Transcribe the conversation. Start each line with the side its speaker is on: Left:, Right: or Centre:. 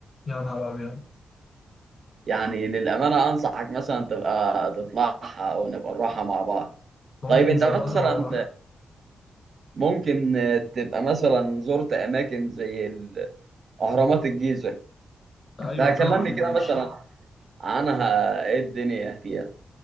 Left: يا نهار ابيض
Right: يعني للأمانة أنصحك مثلا تبقى تطلعها أو نبقى نروحها مع بعض
Left: ممكن
Right: طيب أنت
Left: نظبطها
Right: مثلا
Left: مع بعض
Right: ممكن تبقى مثلا زرت أماكن زي ال- أهرامات الجيزة
Left: ايوه
Right: فكلمني
Left: طبعا يا
Right: كده
Left: باشا
Right: مثلا عنها إيه الدنيا فيها